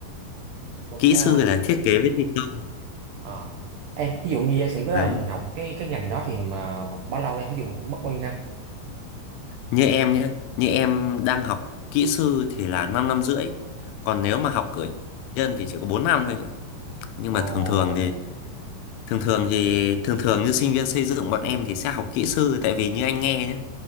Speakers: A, on the left; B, on the right.
A: kỹ
B: Ờ,
A: sư là thiết kế với thi công
B: ờ. em ví dụ như giả sử đó là
A: đấy
B: mình học cái cái ngành đó thì mà bao lâu em ví dụ mất bao nhiêu năm
A: như em nhé như em đang học kỹ sư thì là 5 năm rưỡi còn nếu mà học cử nhân thì chỉ có 4 năm thôi nhá. nhưng
B: ồ
A: mà thường thường thì thường thường thì thường thường như sinh viên xây dựng bọn em thì sẽ học kỹ sư tại vì như anh nghe nhé